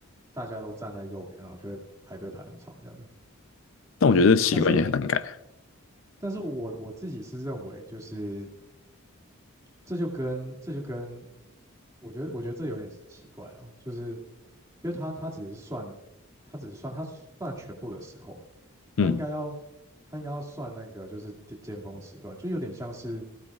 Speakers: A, on the right; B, on the left.
A: 大家都站在右边，然后就会排队排很长这样。
B: 但我觉得习惯也很难改。
A: 但是但是我我自己是认为，就是这就跟这就跟，我觉得我觉得这有点奇怪啊，就是因为他他只是算，他只是算他算全部的时候，他应该要
B: 嗯，
A: 他应该要算那个就是尖尖峰时段，就有点像是